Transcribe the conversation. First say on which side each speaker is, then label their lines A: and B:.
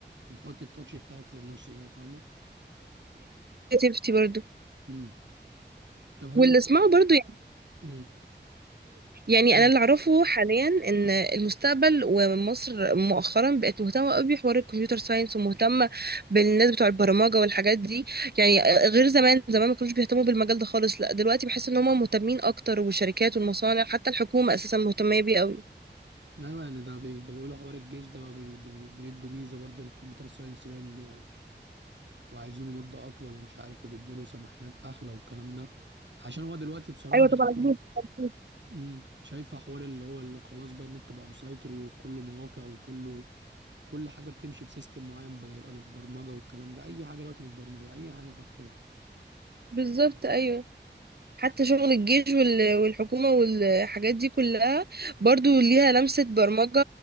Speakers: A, on the right (about 75°); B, on the right (about 55°).
A: بتحطي التاتش بتاعك في النص كده فاهمة
B: creativity برضو
A: امم طب قولي
B: واللي اسمعه برضو
A: امم
B: يعني
A: أمم.
B: انا اللي اعرفه حاليا ان المستقبل ومصر مؤخرا بقت مهتمه قوي بحوار الكمبيوتر ساينس ومهتمه بالناس بتوع البرمجه والحاجات دي يعني غير زمان زمان ما كانوش بيهتموا بالمجال ده خالص لا دلوقتي بحس ان هم مهتمين اكتر والشركات والمصانع حتى الحكومه اساسا مهتمه بيه قوي
A: ايوه يعني ده بي... ده بيقولوا حوار الجيش ده بقى بي... بي... بيدوا ميزة برضه اللي في كمبيوتر ساينس باين بي... وعايزينه مدة اطول ومش عارف وبيديله سماحيات احلى والكلام ده عشان هو دلوقتي بصراحة
B: ايوه طبعا أكيد.
A: يعني-
B: أكيد.
A: أمم. شايفة حوار اللي هو اللي خلاص بقى النت بقى مسيطر وكله مواقع وكله كل حاجة بتمشي بسيستم معين بيبقى بالبرمجة والكلام ده أي حاجة دلوقتي متبرمجة أي حاجة حرفيا
B: بالظبط ايوه حتى شغل الجيش وال- والحكومه والحاجات دي كلها برضو ليها لمسه برمجه